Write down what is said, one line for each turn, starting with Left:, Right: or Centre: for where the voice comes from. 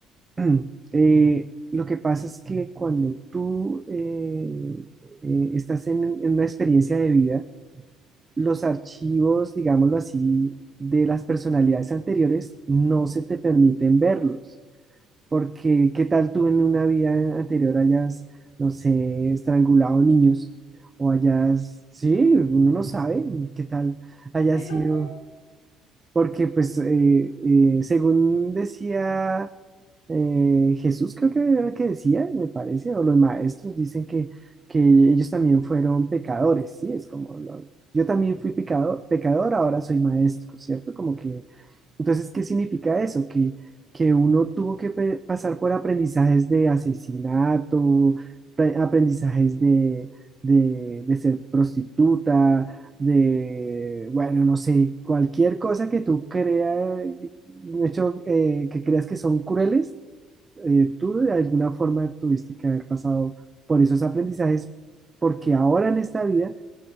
Right: <clears throat> eh, lo que pasa es que cuando tú eh, eh, estás en, en una experiencia de vida, los archivos, digámoslo así, de las personalidades anteriores no se te permiten verlos, porque qué tal tú en una vida anterior hayas, no sé, estrangulado niños o hayas, sí, uno no sabe, qué tal haya
Left: <laughs> Pero,
Right: sido
Left: pues,
Right: porque pues eh, eh, según decía eh, Jesús, creo que era el que decía, me parece, o los maestros dicen que, que ellos también fueron pecadores, ¿sí? Es como, lo- yo también fui pecado, pecador, ahora soy maestro, ¿cierto? Como que entonces, ¿qué significa eso? Que, que uno tuvo que pe- pasar por aprendizajes de asesinato, pre- aprendizajes de, de, de ser prostituta, de, bueno, no sé, cualquier cosa que tú creas, de hecho, eh, que creas que son crueles, eh, tú de alguna forma tuviste que haber pasado por esos aprendizajes, porque ahora en esta vida